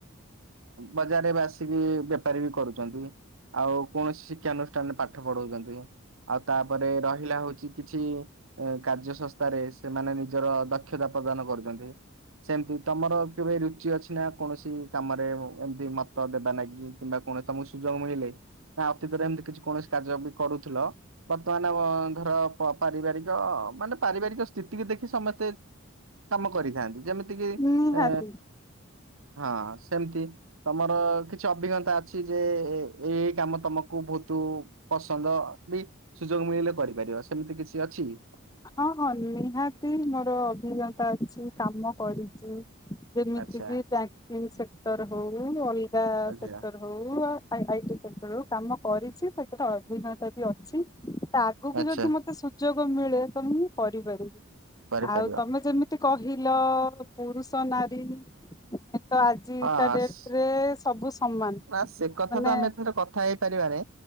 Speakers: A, on the right; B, on the left.
A: ବଜାରରେ ଏବେ ଆସିକି ବେପାରୀ ବି କରୁଛନ୍ତି। ଆଉ କୌଣସି ଶିକ୍ଷାନୁଷ୍ଠାନରେ ପାଠ ପଢଉଛନ୍ତି। ଆଉ ତାପରେ ରହିଲା ହଉଛି କିଛି କାର୍ଯ୍ୟ ସଂସ୍ଥାରେ ସେମାନେ ନିଜର ଦକ୍ଷତା ପ୍ରଦାନ କରୁଛନ୍ତି। ସେମିତି ତମର କେବେ ରୁଚି ଅଛି ନା କୌଣସି କାମରେ ଏମତି ମତ ଦେବା ନାଗି କିମ୍ବା କଣ ତମକୁ ସୁଯୋଗ ମିଳିଲେ ନା ଅତୀତରେ ଏମିତି କିଛି କୌଣସି କାର୍ଯ୍ୟ ବି କରୁଥିଲ ବର୍ତ୍ତମାନ ଆ ଧର ପ ପାରିବାରିକ, ମାନେ ପାରିବାରିକ ସ୍ଥିତିକୁ ଦେଖି ସମସ୍ତେ କାମ କରିଥାନ୍ତି। ଯେମିତି କିି,
B: ନିହାତି
A: ଏ ହଁ ସେମିତି ତମର କି ଚି ଅଭିଜ୍ଞତା ଅଛି ଯେ, ଏଇ ଏଇ କାମ ତମକୁ ବହୁତ ପସନ୍ଦ ବି ସୁଯୋଗ ମିଳିଲେ କରିପାରିବ, ସେମିତି କିଛି ଅଛି କି?
B: ହଁ ହଁ ନିହାତି ମୋର ଅଭିଜ୍ଞତା ଅଛି, କାମ କରିଛି। ଯେମିତିକ
A: ଆଚ୍ଛା
B: ବ୍ୟାଙ୍କିଙ୍ଗ ସେକ୍ଟର ହଉ, ଅଲଗା
A: ଆଚ୍ଛା
B: ସେକ୍ଟର ହଉ, ଆ ଆଇଟି ସେକ୍ଟର ରୁ କାମ କରିଛି, ସେଥିରେ ଅଭିଜ୍ଞତା ବି ଅଛି। ଆଗକୁ
A: ଆଚ୍ଛା
B: ଯଦି ମତେ ସୁଯୋଗ ମିଳେ, ତ ମୁଁ କରିପାରିବି।
A: କରିପାରିବ
B: ଆଉ ତମେ ଯେମିତି କହିଲ, ପୁରୁଷ ନାରୀ ତ ଆଜିକା
A: ହଁ
B: ଡେଟରେ
A: ସ
B: ସବୁ ସମାନ
A: ନା ସେ କଥା
B: ମାନେ
A: ତ ଆମେ ଏଥେରେ କଥା ହେଇପାରିବାନି